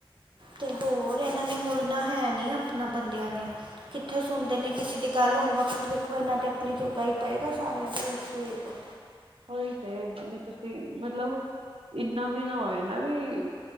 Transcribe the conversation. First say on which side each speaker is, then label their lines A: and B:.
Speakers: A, on the right; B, on the right.
A: ਤੇ ਹੋਰ ਏਨਾਂ ਨੇ ਮੁੜਨਾ ਹੈ ਨੀ ਆਪਣਾ ਬੰਦਿਆਂ ਨੇ। ਕਿੱਥੇ ਸੁਣਦੇ ਨੇ ਕਿਸੀ ਦੀ ਗੱਲ ਹੁਣ ਵਖਤ ਵੇਖੋ ਏਨਾਂ ਦੇ ਆਪਣੇ ਜੋਗਾ ਈ ਪਏਗਾ ਸਾਰਿਆਂ ਦੇ ਹੋਰ ਕੀ ਵੇਖੋ।
B: ਉਈ ਤੇ ਤੁਸੀਂ ਮਤਲਬ ਇਨਾ ਵੀ ਨਾ ਹੋਏ ਨਾ ਵੀ।